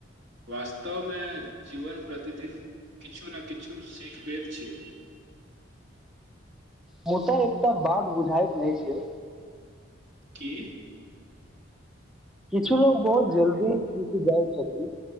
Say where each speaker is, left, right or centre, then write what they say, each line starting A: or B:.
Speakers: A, on the right; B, in the centre.
A: वास्तवमे जीवन प्रतिदिन किछु ने किछु सीखबेद छै
B: मुदा एकटा बात बुझायत नहि छै
A: की
B: किछु लोग बहुत जल्दीछ सीख जाइ छथिन